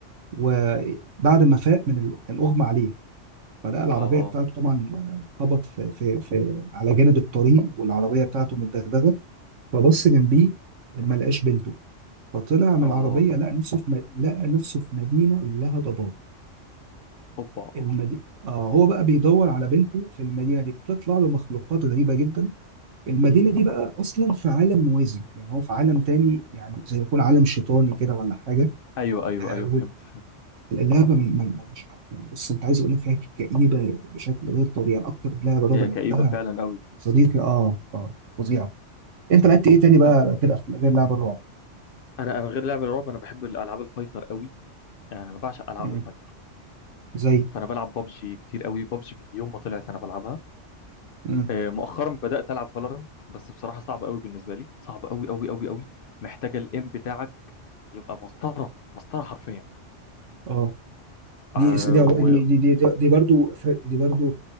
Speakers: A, on the right; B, on the left.
A: وبعد ما فاق من ال... كان اغمى عليه فلقى العربيه
B: اه اه
A: بتاعته طبعا آه، خبط في... في... في على جانب الطريق والعربيه بتاعته متدغدغه فبص جنبيه ما لقاش بنته فطلع من
B: اه
A: العربية لقى نفسه في مد... لقى نفسه في مدينة كلها ضباب
B: اوبا
A: المدينة آه هو بقى بيدور على بنته في المدينة دي بتطلع له مخلوقات غريبة جدا المدينة
B: امم
A: دي بقى أصلا في عالم موازي يعني هو في عالم تاني يعني زي يكون عالم شيطاني كده ولا حاجة
B: ايوه ايوه
A: آه
B: ايوه فهمت
A: واللعبة من- من- ملهاش حل يعني بص أنت عايز أقول لك فيها كئيبة بشكل غير طبيعي يعني أكتر لعبة رعب
B: هي
A: لعبتها
B: كئيبه فعلا قوي
A: صديقي آه آه فظيعة أنت لعبت إيه تاني بقى
B: طب
A: كده في- غير لعبة الرعب
B: انا انا غير لعب الرعب انا بحب الالعاب الفايتر قوي يعني انا بعشق العاب
A: مم.
B: الفايتر
A: زي
B: فانا بلعب ببجي كتير قوي ببجي من يوم ما طلعت انا بلعبها
A: مم.
B: آه، مؤخرا بدات العب فالورنت بس بصراحه صعب قوي بالنسبه لي صعب قوي قوي قوي قوي محتاجه الام بتاعك يبقى مسطره مسطره حرفيا
A: آه
B: آه
A: دي اس- دي
B: و...
A: دي دي دي, دي برضو ف- دي برضو